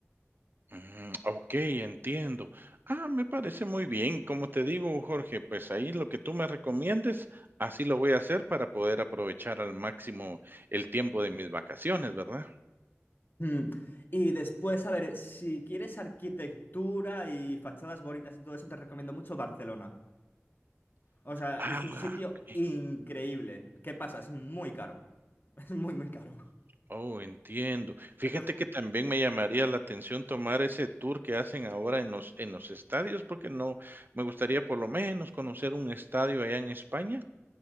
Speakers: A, on the right (about 45°); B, on the left (about 45°).
A: Mm, ok, entiendo. Ah, me parece muy bien. Como te digo, Jorge, pues ahí lo que tú me recomiendes, así lo voy a hacer para poder aprovechar al máximo el tiempo de mis vacaciones, ¿verdad?
B: Mm. Y después, a ver, si quieres arquitectura y fachadas bonitas y todo eso, te recomiendo mucho Barcelona. O sea,
A: Ah,
B: es un sitio
A: ok.
B: increíble. ¿Qué pasa? Es muy caro. <laughs> Es muy, muy caro.
A: Oh, entiendo. Fíjate
B: Pero,
A: que también me llamaría la atención tomar ese tour que hacen ahora en los, en los estadios, porque no me gustaría por lo menos conocer un estadio allá en España.